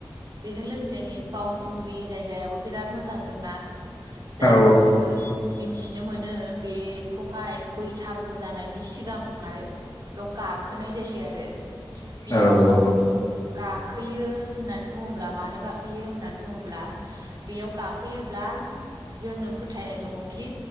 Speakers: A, on the right; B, on the left.
A: बेजों लोगोसे नै बावखुंग्रि जायगायाबो बिराद मोजां जोंना जायखौ
B: औ
A: जोङो मिथिनो मोनो बेखौहाय बैसागु जानायनि सिगांहाय बेयाव गाखोनाय जायो आरो बेयाव
B: औ औ
A: गाखोयो होननानै बुङोब्ला मानो गाखोयो होननानै बुङोब्ला बेयाव गाखोयोब्ला जोंनो फोथायनाय दङखि